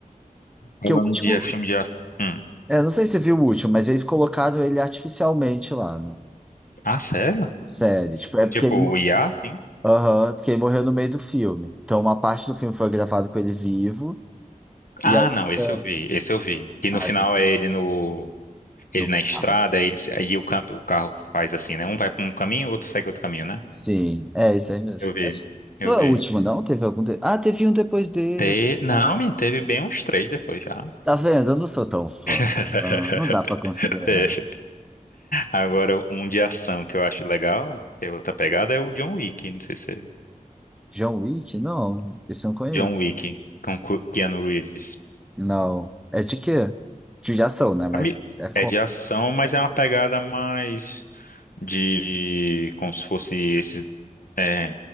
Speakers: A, on the left (about 80°); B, in the centre.
A: Falando
B: Que o último,
A: de filme de ação. hum.
B: É, não sei se você viu o último, mas eles colocaram ele artificialmente lá na
A: Ah, sério?
B: série.
A: S-
B: Tipo, é porque
A: Tipo,
B: ele, mo-
A: o IA, assim?
B: Aham, porque ele morreu no meio do filme. Então, uma parte do filme foi gravado com ele vivo
A: Ah,
B: e a outra
A: não, esse eu vi, esse eu vi. E
B: ah,
A: no final é ele no ele
B: no
A: na estrada,
B: carro.
A: ele aí o, ca- o carro faz assim, né? Um vai para um caminho, o outro segue outro caminho, né?
B: Sim, é isso aí mesmo.
A: Eu vi.
B: Acho-
A: Eu
B: Não é
A: vi.
B: o último, não? Teve algum. de- Ah, teve um depois dele.
A: Te... Não,
B: Ah,
A: me teve bem uns três depois já.
B: tá vendo? Eu não sou tão fã.
A: <laughs>
B: Ah, não dá pra considerar.
A: Fecha. Agora, um de ação que eu acho legal, que é outra pegada, é o John Wick. Não sei se é
B: John Wick? Não, esse eu não conheço.
A: John Wick, com Cu- Keanu Reeves.
B: Não. É de quê? De ação, né? Mas
A: Ami-
B: é. co-
A: É de ação, mas é uma pegada mais de como se fosse esses é,